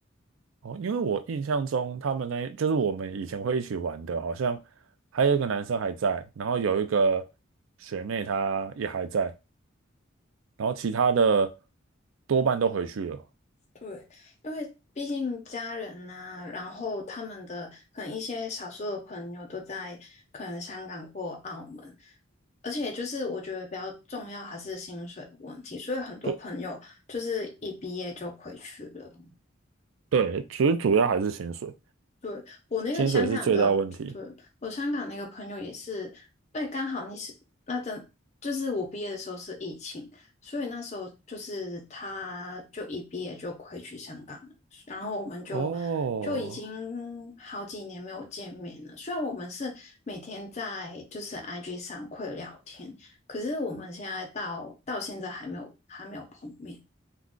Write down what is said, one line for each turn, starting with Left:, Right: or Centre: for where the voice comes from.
Right: 哦，因为我印象中他们那就是我们以前会一起玩的，好像还有一个男生还在，然后有一个学妹她也还在，然后其他的多半都回去了。
Left: 对，因为毕竟家人呐、然后他们的可能一些少数的朋友都在可能香港或澳门，而且就是我觉得比较重要还是薪水的问题，所以很多朋友就是一毕业就回去了。
Right: 对对，其实主要还是薪水，
Left: 对，我那个香港的，
Right: 薪水是最大问题。
Left: 对，我香港那个朋友也是，对，刚好你是那阵，就是我毕业的时候是疫情，所以那时候就是他就一毕业就回去香港了，然后我们就就已经好几年没有见面了。
Right: 哦
Left: 虽然我们是每天在就是 IG 上会聊天，可是我们现在到到现在还没有还没有碰面。